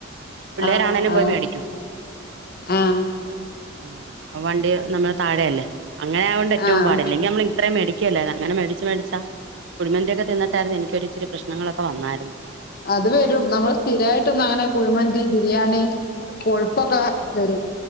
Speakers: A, on the right; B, on the left.
A: പിള്ളേരാണേലും
B: ആഹ്
A: പോയി
B: ആഹ്
A: മേടിക്കും
B: ആഹ്
A: ആഹ് ആ വണ്ടി നമ്മളെ താഴെ അല്ലേ അങ്ങനെ ആയോണ്ട് എറ്റോം
B: ആഹ്
A: പാട് ഇല്ലങ്കി ഞമ്മളി ത്രേം മേടിക്കേല്ല അങ്ങനെ മേടിച്ച് മേടിച്ചാ കുഴിമന്തിയൊക്കെ തിന്നിട്ടാർന്ന് എനിക്കൊരിച്ചിരി പ്രശ്നങ്ങളൊക്കെ വന്നാരുന്നു
B: അത് വരും നമ്മള് സ്ഥിരായിട്ടൊന്നു അങ്ങനെ കുഴിമന്തി ബിരിയാണി കൊഴുപ്പൊക്കെ വരും